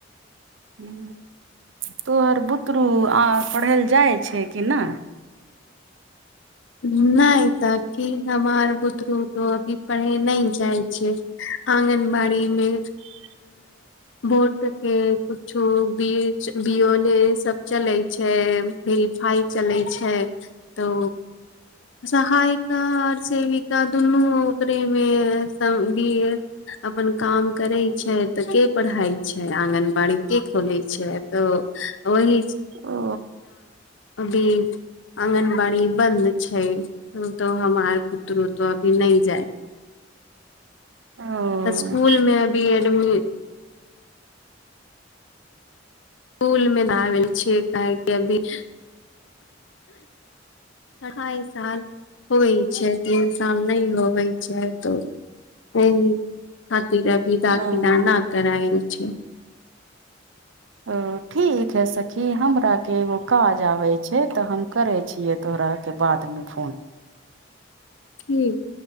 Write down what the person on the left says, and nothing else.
नहि तखि हमर बुतरू तो अभी पढ़े नहि जाइ छै। अंगनबाड़ी मे
बोट के कुछो बीच बओले सभ चलै छै। वेरिफाइ चलै छै त सहायिका आओर सेविका दुनू ओकरे मे समगी अपन काम करै छै तऽ के पढ़ाइ छै आङगनबाड़ी के खोलैत छै त ओहि
अभी आङगनबाड़ी बन्द। छै तो हमार बुतरू तो अभी ने जाय
स्कुल मे अभी एडम। पूल मे दाबल छियै काहके अभी अढ़ाइ साल हो छै तीन साल नहि होबै छै त ओ खाति रबी दाखील
न करायल छै।
कठ।